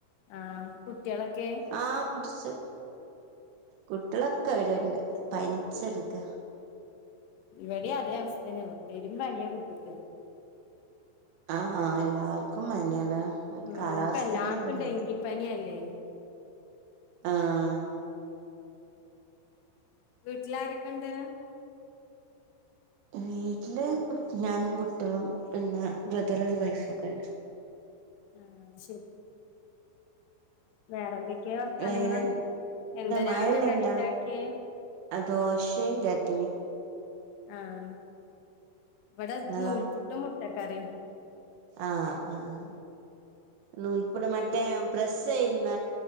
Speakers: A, on the left; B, on the right.
A: ആഹ് കുട്ടിയേളൊക്കെ
B: ആ കുടിച്ച് കുട്ടിയളൊക്കെ ഇവിരെണ്ട് പനിച്ചെടുക്ക
A: ഇവിടിം അതേ അവസ്ഥ തന്നെ പെരും പനിയാ കുട്ടിക്ക്
B: ആഹ് ആഹ് എല്ലാർക്കും പനിയാല്ലേ
A: ഉം
B: കാലാവസ്ഥന്റെ
A: ഇപ്പ എല്ലായിടത്തും
B: ഇതുകൊണ്ടേ
A: ഡെങ്കിപ്പനിയല്ലേ
B: ആഹ്
A: വീട്ടിലാരൊക്കെ ഉണ്ട്
B: വീട്ടില് ഞാനും കുട്ടിയളും പിന്നെ ബ്രദറും വൈഫൊക്കെണ്ട്
A: ആഹ് അത് ശരി വേറെ എന്തൊക്കെയാ വർത്താനങ്ങള്
B: വേറെ
A: എന്താ രാവിലെ
B: മഴയെല്ലാം
A: കടിണ്ടാക്കിയേ
B: ഇണ്ടാ ദോശയും ചട്നിയും
A: ആഹ് വിടെ
B: നിങ്ങളോ
A: നൂൽപുട്ടും മുട്ടക്കറിയും
B: ആഹ് ആഹ് നൂൽപുട്ട് മറ്റേ പ്രസ്സെയ്യുന്ന